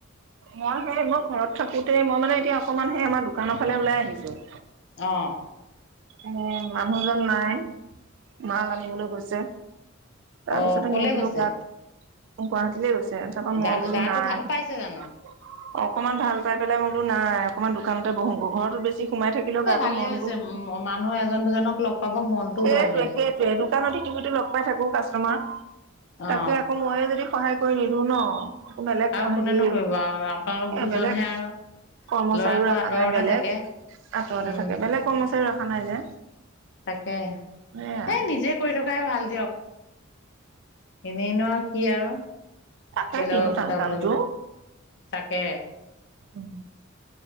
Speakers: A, on the right; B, on the left.
A: মই সেই মই ঘৰত থাকোতে মই মানে এতিয়া অকণমান সেই আমাৰ দোকানৰ ফালে ওলাই আহিছো
B: অহ
A: উম মানুহজন নাই মাল আনিবলৈ গৈছে তাৰ
B: অকলে
A: পিছতে মই বোলো
B: গৈছে
A: গাত গুৱাহাটীলৈ গৈছে। তাৰপাছত মই
B: গা
A: বোলো
B: গাটো
A: নাই
B: ভাল পাইছে জানো
A: অকণমান ভাল পাই পেলাই মই বোলো নাই অকণমান দোকানতে বহো গৈ ঘৰতো বেছি সোমাই থাকিলেও
B: এ
A: গাটো
B: ভালে
A: মন
B: হৈছে
A: বোৰ
B: মানুহ এজন দুজনক লগ পাব মনটোও
A: সেইটোৱে
B: ভাল লাগিব
A: সেইটোৱে দোকানত ইতিমধ্যে লগ পাই থাকো কাষ্টমাৰ
B: অ
A: তাকে আকৌ মই যে, যদি সহায় কৰি নিদো ন বেলেগ
B: আৰু
A: হেৰি
B: কোনেনো কৰিব আৰু আপোনালোক দুজনহে
A: বেলেগ
B: আৰু
A: কৰ্মচাৰীও
B: ল'ৰাটো
A: ৰাখা
B: আঁতৰতে
A: নাই বেলেগ
B: থাকে
A: আঁতৰতে
B: উম
A: থাকে বেলেগ কৰ্মচাৰী নাই যে
B: তাকে
A: সেয়া
B: এ নিজে কৰি থকাই ভাল দিয়ক এনেই নো আৰু কি আৰু
A: তাকে
B: বেলেগক
A: কিনো টান
B: গোটাবলৈ
A: কামটো
B: গৈ তাকে
A: উম <inaudible>